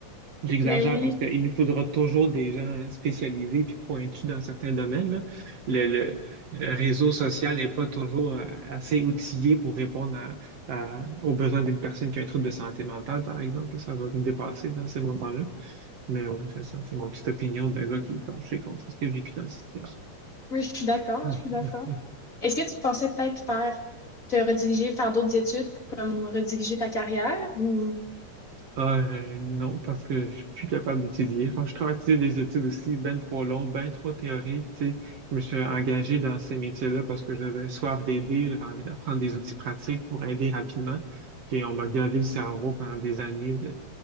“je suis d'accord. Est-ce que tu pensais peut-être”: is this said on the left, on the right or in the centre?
Left